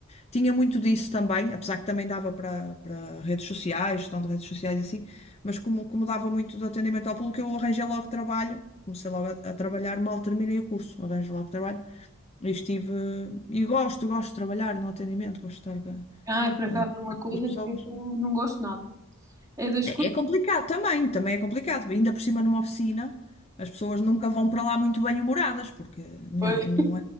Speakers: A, on the left; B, on the right.
A: Tinha muito disso também, apesar que também dava para para redes sociais, gestão de redes sociais e assim, mas como, como dava muito do atendimento ao público, eu arranjei logo trabalho. Comecei logo a, a trabalhar, mal terminei o curso, arranjo logo trabalho. E estive. E gosto, gosto de trabalhar no atendimento, gosto de estar
B: Ai, por acaso
A: eh, em contato
B: é uma coisa
A: com as pessoas.
B: que eu não gosto nada. É das
A: É,
B: coisas.
A: é complicado também, também é complicado. Ainda por cima numa oficina, as pessoas nunca vão para lá muito bem-humoradas, porque não
B: Pois.
A: é, não